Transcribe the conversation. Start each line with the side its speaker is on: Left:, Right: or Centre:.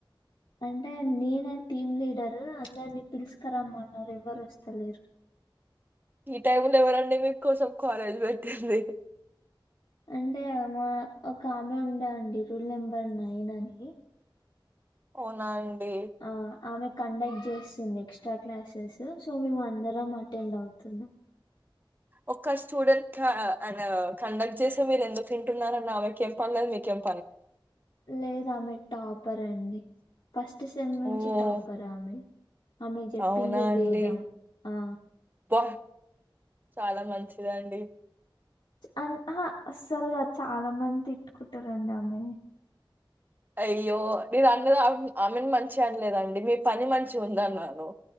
Left: అంటే నేనే టీమ్ లీడరు అందరినీ పిలుసుకరమ్మన్నారు ఎవ్వరు వస్తలేరు
Right: ఈ టైమ్ లో ఎవరండి మీ కోసం కాలేజ్ పెట్టింది.
Left: అంటే మా ఒక ఆమె ఉండే అండి రూల్ నెంబర్ నైన్ అని
Right: అవునా అండి
Left: ఆ ఆమె కండక్ట్ చేస్తుంది ఎక్స్ట్రా క్లాసెస్ సో మేము అందరం అటెండ్ అవుతున్నాం
Right: ఒక స్టూడెంట్ అ కండక్ట్ చేసి మీరు ఎందుకు వింటున్నారని ఆమెకి ఎం పనిలేదు మీకు ఎం
Left: లేదామె టాపర్ అండి ఫస్ట్ సెమ్ నుంచి
Right: ఓహ్!
Left: టాపర్ ఆమె ఆమె చెప్పిందే
Right: అవునా
Left: వేదం
Right: అండి?
Left: ఆ
Right: అబ్బా! చాలా మంచిది అండి
Left: అ అస్సలుగా చాలా మంది తిట్టుకుంటారండి అమ్మాయిని
Right: అయ్యో నేను అందరు ఆమెను మంచి అనలేదండి మీ పని మంచిగా ఉంది అన్నాను